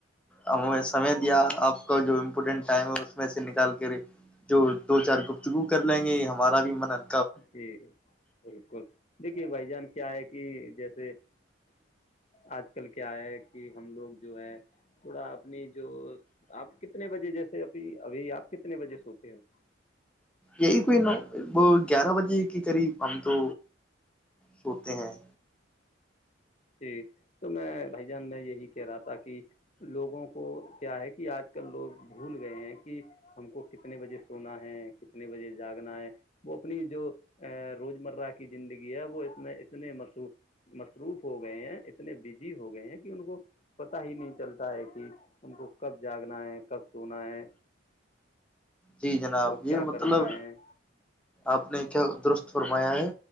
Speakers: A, in the centre; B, on the left.
A: ہمیں سمے دیا آپ کا جو امپورٹینٹ ٹائم ہے اس میں سے نکال کر جو دو چار گفتگو کر لیں گے یہ ہمارا بھی منن
B: جی بالکل دیکھیے بھائی جان کیا ہے کہ جیسے آج کل کیا ہے کہ ہم لوگ جو ہے تھوڑا اپنی جو آپ کتنے بجے جیسے اھی ابھی آپ کتنے بجے سوتے ہو
A: یہی کوئی نو وہ گیارہ بجے کے قریب ہم تو سوتے ہیں
B: جی تو میں بھائی جان میں یہی کہہ رہا تھا کہ لوگوں کو کیا ہے کہ آج کل لوگ بھول گئے ہیں کہ ہم کو کتنے بجے سونا ہے کتنے بجے جاگنا ہے وہ اپنی جو ا روز مرہ کی زندگی ہے وہ اتنے اتنے مرو مصروف ہو گئے ہیں اتنے بزی ہو گئے ہیں کہ ان کو پتا ہی نہیں چلتا ہے کہ ان کو کب جاگنا ہے کب سونا ہے
A: جی جناب
B: اور کیا
A: یہ مطلب
B: کرنا ہے
A: آپ نے درست فرمایا ہے